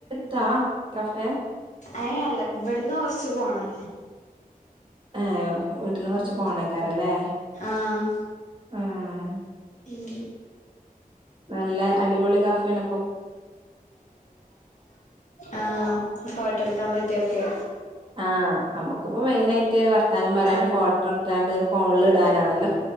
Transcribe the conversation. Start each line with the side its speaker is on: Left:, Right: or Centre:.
Right: താ കഫേ
Left: ഏ അല്ല ഇമ്പടന്ന് കുറച്ച് പോണം
Right: ഏഹ് വീട്ടിന്ന്
Left: ഉം
Right: കൊറച്ച് പോണേക്കാരല്ലേ
Left: ആഹ്
Right: ആഹ്
Left: ഉം
Right: നല്ല അടിപൊളി കഫെണ്
Left: ആഹ് ഫോട്ടോ എടുക്കാൻ പറ്റിയൊക്കെ
Right: ആഹ് നമുക്കിപ്പോ മെയിനായിട്ട് വർത്താനം പറയാനും
Left: ആഹ്
Right: ഫോട്ടോ ഇട്ത്താണ്ട് ഫോണിൽ ഇടാനാണല്ലോ